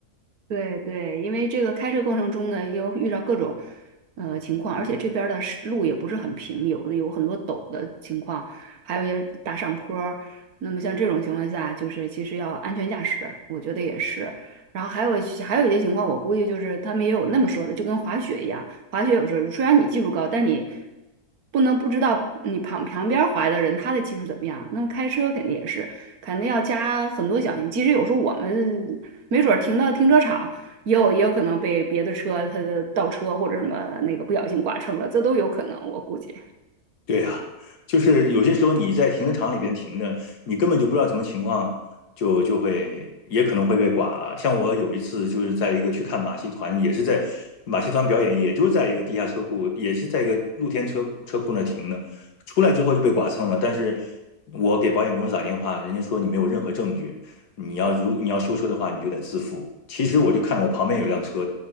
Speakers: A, on the right; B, on the left.
A: 对对，因为这个开车过程中呢，又遇到各种呃情况，而且这边儿的是路也不是很平，有的有很多陡的情况，还有一些大上坡儿。那么像这种情况下，就是其实要安全驾驶，我觉得也是。然后还有一些还有一些情况，我估计就是他们也有那么说的，就跟滑雪一样，滑雪有时候虽然你技术高，但你不能不知道你旁旁边儿滑的人他的技术怎么样。那么开车肯定也是。肯定要加很多小心。即使有时候我们没准儿停到停车场，也有也有可能被别的车它的倒车或者什么那个不小心剐蹭了，这都有可能，我估计。
B: 对呀，就是有些时候你在停车场里边停着，你根本就不知道什么情况，就就会也可能会被剐了。像我有一次就是在一个去看马戏团，也是在马戏团表演，也就在一个地下车库，也是在一个露天车库车库那停的，出来之后就被剐蹭了。但是我给保险公司打电话，人家说你没有任何证据，你要如你要修车的话，你就得自负。其实我就看着我旁边有辆车，